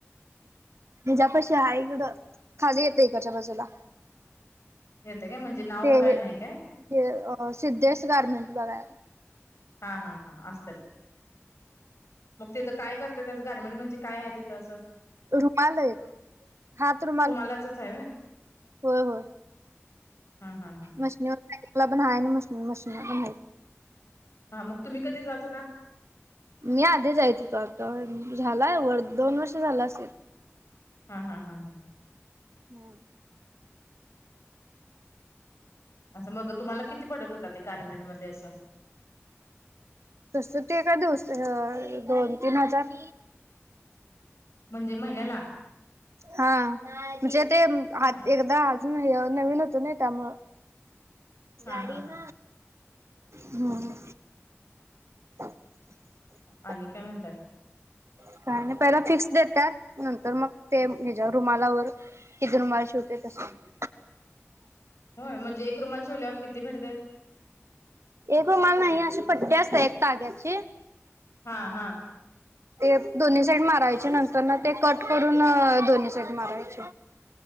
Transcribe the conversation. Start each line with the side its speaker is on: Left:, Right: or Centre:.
Right: तिज्यापाशी आहे ग खाली येत इकडच्या बाजूला.
Left: येतं काय म्हणजे नाव
Right: ते
Left: काय
Right: हे
Left: नाही
Right: ते
Left: काय.
Right: सिद्धेश गार्मेंट बघा.
Left: हा हा हा असल मग ते तर काय करतय असं गार्मेंट म्हणजे काय आहेथ असं.
Right: रुमाल आहे हात रुमाल.
Left: त्याचंच हाय व्हय.
Right: होय होय
Left: हा हा हा
Right: मशीनीवरला पण आहे ना म मशीनी पण मा
Left: हा मग तुम्ही कधी जात होता.
Right: मी आधी जायचो होेतो आता झालाय वर दोन वर्ष झालं असेल.
Left: हा हा हा हां
Right: हम्म
Left: असं मग तुम्हाला किती पडत होतात ते गारमेंटमध्ये असं?
Right: तस ते एका दिवस दोन तीन हजार
Left: म्हणजे महिन्याला
Right: हा म्हणजे ते
Left: होय
Right: एकदा अजून नवीन होत नाही त्यामुळं
Left: हा
Right: गाडी
Left: हा हा
Right: ना हम <inaudible>
Left: आणि काय म्हणताय?
Right: का नाही पहिला फिक्स देतात नंतर मग ते हच्या्या रुमाला व कि झुरमुळ्या शिवतोय तश्यामध्ये
Left: होय म्हणजे एक रुमाल शिवल्यावर किती भेटतेत.
Right: एक रुमाल नाही अशी पट्टी असत एक ताग्याची.
Left: हा हां
Right: ते दोन्ही साईड मारायचे नंतर ना ते कट करून दोन्ही साईड मारायचे.